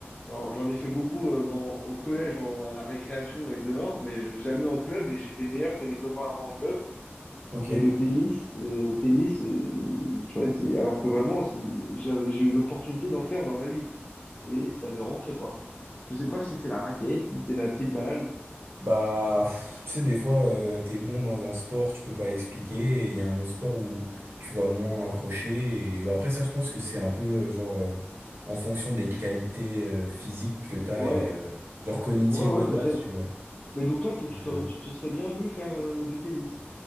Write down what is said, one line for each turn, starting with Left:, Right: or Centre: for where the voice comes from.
Left: alors, j'en ai fait beaucoup euh, dans, au collège, en- à la récréation et dehors, mais jamais en club. Et j'étais meilleur que des copains à moi en club.
Right: ok.
Left: Mais le tennis, euh, le tennis, euh, tu vois, c'est alors que vraiment, c'est- j'avais, j'ai eu l'opportunité d'en faire dans ma vie et ça ne rentrait pas. Je sais pas si c'est la raquette, si c'est la petite balle.
Right: Bah, pff, tu sais, des fois, euh, t'es bon dans un sport, tu peux pas l'expliquer, et il y a un autre sport où tu vas moins accrocher, et bah, après ça, je pense que c'est un peu, euh, genre, euh, en fonction des qualités euh, physiques que t'as,
Left: Ouais.
Right: et euh, genre cognitives
Left: Ouais, ouais,
Right: de
Left: peut-être.
Right: base, tu vois.
Left: Mais donc toi, t-
Right: Donc,
Left: tu t'aurais,
Right: euh,
Left: tu te serais bien vu faire euh, du tennis.